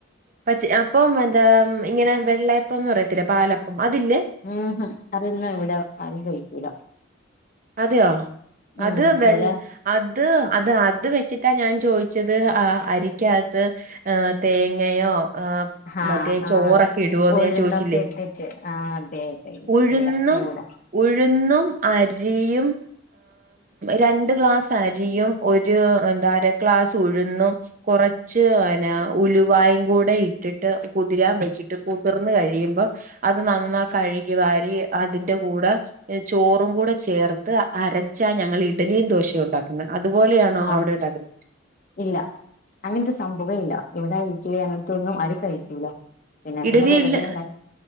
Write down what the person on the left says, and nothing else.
മ്ഹ്, അതൊന്നും ഇവിടെ ആരും കഴിക്കൂല.
ഉം
ഇവിടെ
ആഹ്
ആഹ്
ഉഴുന്നൊക്കെ
ഇട്ടിട്ട് ആ അതെ അതെ
ഇല്ല ഇവിടെ.
ആഹ്
ഇല്ല അങ്ങനത്തെ സംഭവേ ഇല്ല ഇവിടെ ഇഡ്ഡലി അങ്ങനത്തെ ഒന്നും ആരും കഴിക്കൂല. പിന്നെ എന്തിന
വെറുതെ
ഉണ്ടാ